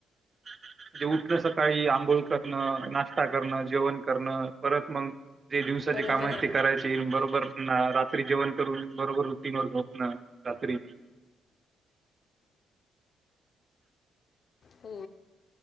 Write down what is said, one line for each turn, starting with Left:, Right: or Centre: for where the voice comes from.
Right: म्हणजे उठण सकाळी आंघोळ करणं नाश् ता करण जेवण करण परत मग जे दिवसाचे
Left: बरोबर
Right: काम आहेत
Left: आहे
Right: ते करायचे बरोबर ना रात्री जेवण करून बरोबर रूटीनवर झोपन रात्री
Left: हो